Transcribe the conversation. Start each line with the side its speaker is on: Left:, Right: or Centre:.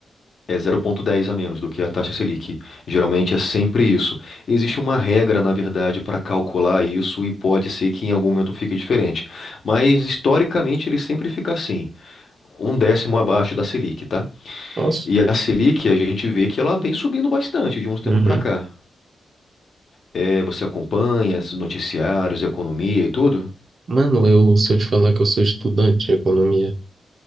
Left: É zero vírgula dez a menos do que a taxa Selic. Geralmente é sempre isso. Existe uma regra, na verdade, para calcular isso e pode ser que em algum momento fique diferente. Mas historicamente ele sempre fica assim, um décimo abaixo da Selic, tá?
Right: Nossa.
Left: E a Selic a gente vê que ela vem subindo bastante de uns tempos
Right: Uhum.
Left: para cá. É, você acompanha os noticiários, economia e tudo?
Right: Mano, eu, se eu te falar que eu sou estudante de economia,